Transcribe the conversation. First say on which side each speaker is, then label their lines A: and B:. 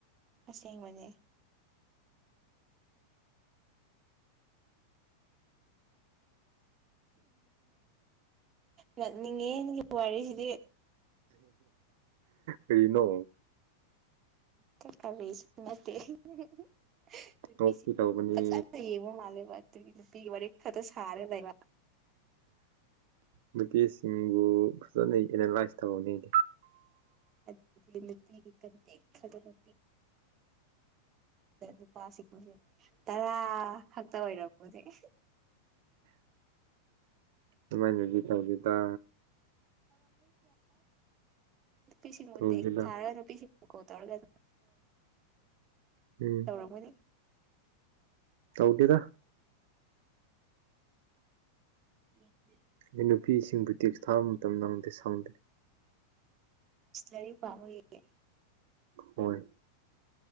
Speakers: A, on the right; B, on the right.
A: ꯑꯁꯦꯡꯕꯅꯦ ꯅꯛꯅꯤꯡꯉꯦꯒꯤ ꯋꯥꯔꯤꯁꯤꯗꯤ
B: ꯑꯩꯅꯣ
A: ꯈꯁꯤ
B: ꯅꯣꯛꯄꯤ ꯇꯧꯕꯅꯤ
A: ꯐꯁ ꯍꯥꯏꯕ ꯃꯥꯂꯦꯕ ꯑꯗꯨ ꯒꯃꯔꯤ ꯈꯌꯥꯗꯣ ꯁꯔ ꯂꯩꯕ
B: ꯅꯨꯄꯤꯦꯁꯤꯡꯕꯨ ꯐꯖꯅ ꯑꯦꯅꯥꯂꯥꯏꯁ ꯇꯧꯍꯅꯤꯡꯗꯤ
A: ꯑꯗ ꯂꯄꯤꯤꯒꯤ ꯀꯠꯇꯦ ꯈ ꯅꯨ ꯅꯨꯄꯥꯁꯤꯡꯁꯦ ꯇꯔꯥ ꯈꯛꯇ ꯑꯣꯏꯔꯝꯃꯅꯦꯦ
B: ꯏꯃꯥꯏꯅ ꯇꯗ
A: ꯌꯥꯄꯤ ꯁꯤꯉꯦꯔꯒꯄꯤ
B: ꯇꯧꯗꯦꯗ
A: ꯇꯒ
B: ꯎꯝ
A: ꯇꯧꯔꯝꯒꯅꯤ
B: ꯇꯧꯗꯤꯤꯗ
A: ꯎꯝ
B: ꯑꯗꯩ ꯅꯨꯄꯤꯁꯤꯡꯕꯨ ꯇꯦꯛꯁ ꯊꯥꯕ ꯃꯇꯝꯗ ꯑꯃꯪꯛꯇ ꯁꯪꯗ꯭ꯔꯦ
A: ꯂꯥꯏꯔꯤꯛ ꯄꯥꯕꯒꯤꯦ
B: ꯍꯣꯏ